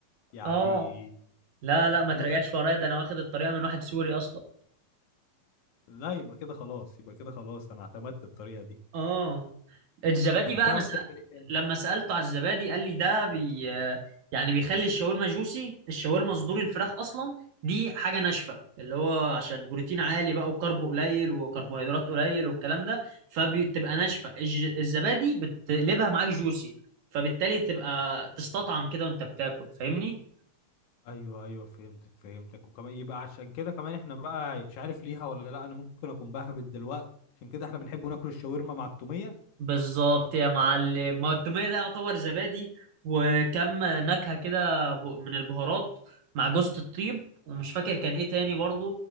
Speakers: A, on the left (about 70°); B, on the right (about 70°).
A: يعني
B: اه لا لا ما
A: ما
B: تراجعش
A: تقدرش تقول
B: ورايا ده
A: كده.
B: انا واخد الطريقه من واحد سوري اصلا
A: لا يبقى كده خلاص يبقى كده خلاص انا اعتمدت الطريقه دي
B: اه الزبادي
A: طب بتعرف
B: بقى انا سأ...
A: تعمل ايه تاني
B: لما سالته على الزبادي قال لي ده بي... آه، يعني بيخلي الشاورما جوسي الشاورما صدور الفراخ اصلا دي حاجه ناشفه اللي هو عشان بروتين عالي بقى وكرب قليل وكربوهيدرات قليل والكلام ده فبتبقى ناشفه الج... الزبادي بتقلبها معاك جوسي فبالتالي تبقى
A: مم.
B: تستطعم كده وانت بتاكل فاهمني
A: ايوه ايوه فهمتك فهمتك وكمان يبقى عشان كده كمان احنا بقى مش عارف ليها ولا لا انا ممكن اكون بهبت دلوقتي عشان كده احنا بنحب ناكل الشاورما مع التوميه
B: بالظبط يا معلم ما التومية ده يعتبر زبادي وكم نكهة كده ب- من البهارات مع جوزة الطيب ومش فاكر كان ايه تاني برضو